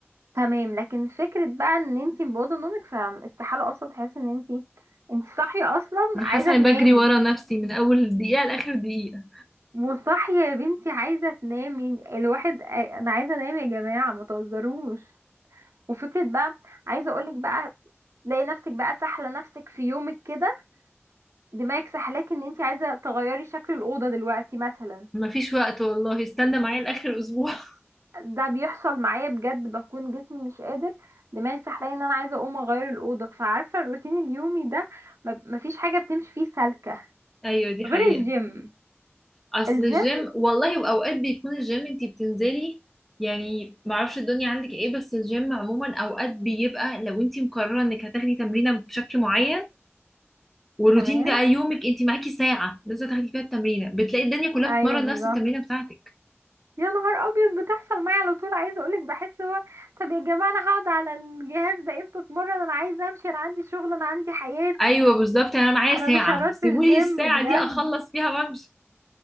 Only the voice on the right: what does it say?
تمام لكن فكره بقى ان انتي مبوظه نومك فاستحاله اصلا تحسي ان انتي انتي صاحيه اصلا
عايزه
تنامي
وصح يا بنتي عايزة تنامي الواحد انا عايزة انام يا جماعة ما تهزروش وفكرة بقى عايزة اقولك بقى تلاقي نفسك بقى سحلة نفسك في يومك كده دماغك سحلاك ان انت عايزة تغيري شكل الأوضة دلوقتي مثلا
ده بيحصل معايا بجد بكون جسمي مش قادر دماغي سحلاني ان انا عايزة اقوم اغير الأوضة فعارفة الروتين اليومي ده ما- مفيش حاجة بتمشي فيه سالكة
غير
الجيم
الجيم
تمام
ايوه
بالظبط
يا نهار ابيض بتحصل معايا على طول عايزه اقولك بحس هو طب يا جماعه انا هقعد على الجهاز ده امتى اتمرن انا عايزه امشي انا عندي شغل انا عندي حياتي
انا مش هبات
في الجيم
بجد